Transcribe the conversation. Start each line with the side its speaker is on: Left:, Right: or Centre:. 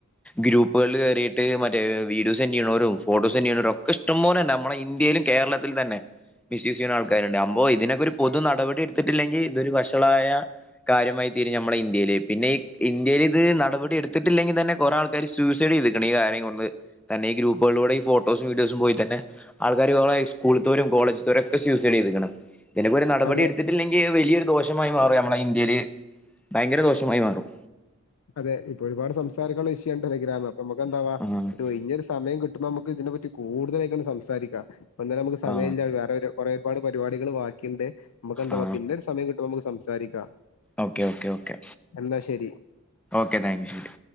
Centre: ഗ്രൂപ്പുകളില് കേറീട്ട് മറ്റ വീഡിയോ സെന്റ് ചെയ്യുന്നവരും ഫോട്ടോ സെന്റ് ചെയ്യുന്നവരും ഒക്കെ ഇഷ്ടംോലെ നമ്മുടെ ഇന്ത്യയിലും കേരളത്തിലും തന്നെ മിസ്യൂസ് ചെയ്യുന്ന ആൾക്കാരുണ്ട് അമ്പോ ഇതിനൊക്കെ ഒരു പൊതു നടപടി എടുത്തിട്ടില്ലെങ്കിൽ ഇതൊരു വഷളായ കാര്യമായി തീരും നമ്മടെ ഇന്ത്യയില് പിന്നെ ഈ ഇന്ത്യയിലിത് നടപടി എടുത്തിട്ടില്ലെങ്കി തന്നെ കൊറേ ആൾക്കാര് സൂയിസൈഡ് ചെയിതേക്കണ് ഈ കാര്യം കൊണ്ട് തന്നെ ഈ ഗ്രൂപ്പുകളിലൂടെ ഈ ഫോട്ടോസും വീഡിയോസും പോയി തന്നെ ആൾക്കാര് കുറേ സ്കൂളിത്തോരും കോളേജിത്തോരും ഒക്കെ ഇതിനൊക്കെ ഒരു നടപടി
Left: അതെ
Centre: എടുത്തിട്ടില്ലെങ്കിൽ വലിയൊരു ദോഷം ദോഷമായി മാറും നമ്മടെ ഇന്ത്യയില് ഭയങ്കര ദോഷമായി മാറും
Left: അതെ ഇപ്പൊ ഒരുപാട് സംസാരിക്കുള്ള വിഷയം ടെലഗ്രാമ അപ്പൊ നമക്കെന്താവാ
Centre: ആ
Left: ഒരു ഒയിഞ്ഞൊരു സമയം കിട്ട നമുക്ക് ഇതിനെപ്പറ്റി കൂടുതലായിട്ട സംസാരിക്ക ഇപ്പം തന്ന നമുക്ക് സമയില്ല
Centre: ആ
Left: വേറൊരു കൊറേപാട് പരിപാടികൾ ബാക്കിയണ്ട് നമുക്ക് എന്താവാ
Centre: ആ
Left: പിന്നെ ഒരു സമയം കിട്ടുമ്പ നമുക്ക് സംസാരിക്കാം
Centre: ഓക്കെ ഓക്കെ ഓക്കെ
Left: എന്നാ ശരി.
Centre: ഓക്കെ താങ്ക്യു ശെരി